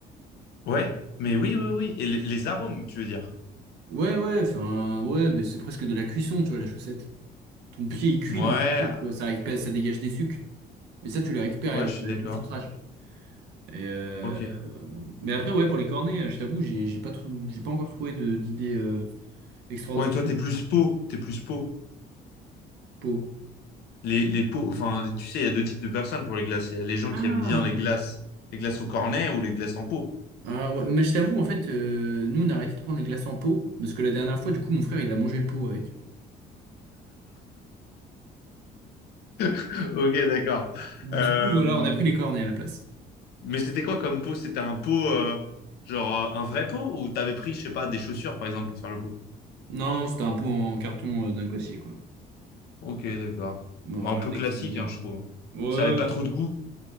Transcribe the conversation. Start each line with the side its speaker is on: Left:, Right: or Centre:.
Left: Ouais, mais oui, oui, oui. Et les, les arômes, tu veux dire?
Right: Ouais, ouais, enfin, ouais, mais c'est presque de la cuisson, tu vois, la chaussette. Ton pied, il cuit
Left: Ouais,
Right: dans la chaussette, tu vois, ça récupère, ça dégage des sucs. Mais ça, tu les récupères
Left: ouais,
Right: euh,
Left: je suis
Right: avec
Left: d'accord.
Right: le filtrage. Et, euh,
Left: Ok.
Right: mais après, ouais, pour les cornets, euh, je t'avoue, j'ai j'ai pas, trou- j'ai pas encore trouvé de- d'idée euh, extraordinaire.
Left: Ouais, toi, t'es plus pot. T'es plus pot.
Right: Pour...
Left: Les, les pots, enfin, tu sais, il y a deux types de personnes pour les glaces. Il y a les gens
Right: Ah!
Left: qui aiment bien les glaces, les glaces au cornet ou les glaces en pot.
Right: Ah ouais, mais je t'avoue, en fait, euh, nous, on a arrêté de prendre les glaces en pot, parce que la dernière fois, du coup, mon frère, il a mangé le pot avec.
Left: <laughs> Ok, d'accord.
Right: Du
Left: Euh,
Right: coup, voilà, on a pris les cornets à la place.
Left: Mais c'était quoi comme pot? C'était un pot, euh, genre euh, un vrai pot ou t'avais pris, je sais pas, des chaussures par exemple pour faire le pot?
Right: Non, c'était un pot en carton euh, d'un glacier, quoi.
Left: Ok, d'accord.
Right: Ouais,
Left: Bah, un
Right: rien
Left: peu
Right: d'extraordinaire.
Left: classique, hein, je trouve.
Right: Ouais,
Left: Ça avait pas trop de goût.